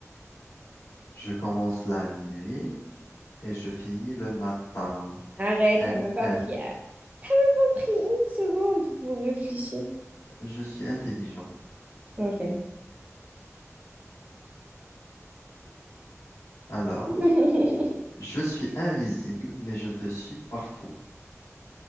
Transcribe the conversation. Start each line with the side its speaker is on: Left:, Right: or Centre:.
Left: Je commence la nuit et je finis le matin.
Right: Arrête,
Left: N,
Right: t'as même pas
Left: N.
Right: pris, ah, pas pris une seconde pour réfléchir.
Left: Je suis intelligent.
Right: Ok.
Left: Alors,
Right: <laughs>
Left: je suis invisible, mais je te suis partout.